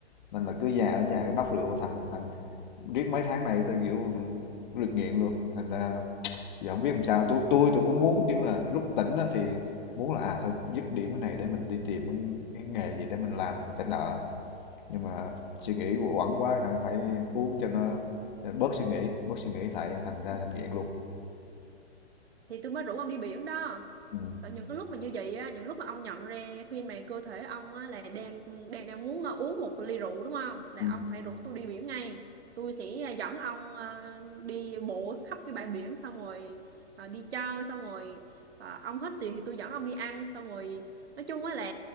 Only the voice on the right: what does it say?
thì tôi mới rủ ông đi biển đó
tại những cái lúc mà như vậy á những lúc mà ông nhận ra khi mà cơ thể ông á là đang đang đang muốn à, uống một ly rượu đúng không là
ông phải rủ tôi đi biển ngay tôi sẽ à, dẫn ông à, đi bộ khắp cái bãi biển xong rồi à, đi chơi xong rồi à, ông hết tiền thì tôi dẫn ông đi ăn xong rồi nói chung á là